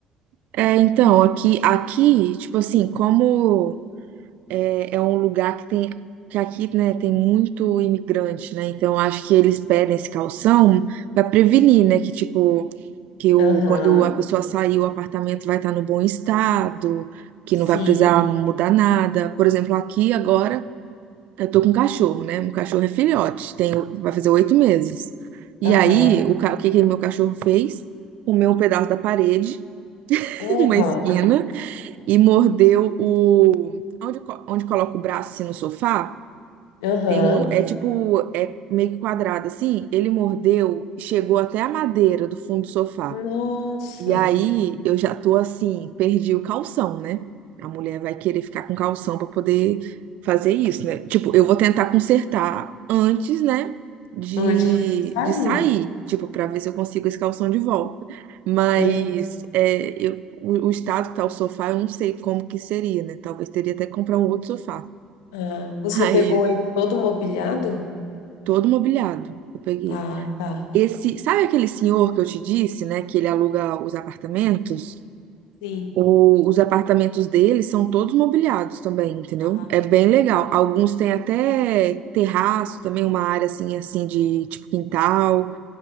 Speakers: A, on the right; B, on the left.
A: É, então, aqui, aqui, tipo assim, como é, é um lugar que tem, que aqui, né, tem muito imigrante, né, então acho que eles pedem esse calção para prevenir, né, que tipo, que o,
B: Aham,
A: quando a pessoa sair, o apartamento vai estar no bom estado, que
B: sim.
A: não vai precisar mudar nada. Por exemplo, aqui agora, eu tô com um cachorro, né, um cachorro é filhote, tem, vai fazer oito meses. E
B: Aham.
A: aí, o, ca- o que que meu cachorro fez? Comeu um pedaço da parede, <laughs>
B: Porra.
A: uma esquina, e mordeu o. Onde, co- onde coloca o braço assim no sofá?
B: Aham.
A: Tem um. É tipo. É meio que quadrado assim. Ele mordeu, chegou até a madeira do fundo do sofá.
B: Nossa.
A: E aí eu já tô assim, perdi o calção, né? A mulher vai querer ficar com calção pra poder fazer isso, né? Tipo, eu vou tentar consertar antes, né? De,
B: Antes de sair.
A: de sair, tipo, pra ver se eu consigo esse calção de volta. Mas
B: Aham.
A: é, eu, o, o estado que tá o sofá, eu não sei como que seria, né? Talvez teria até que comprar um outro sofá.
B: Ah, você
A: Aí,
B: pegou ele todo mobiliado?
A: todo mobiliado, eu peguei.
B: Ah, tá.
A: Esse, sabe aquele senhor que eu te disse, né? Que ele aluga os apartamentos?
B: Sim.
A: O- os apartamentos deles são todos mobiliados também, entendeu?
B: Ah,
A: É bem
B: tá.
A: legal. Alguns têm até terraço também, uma área assim, assim de tipo quintal.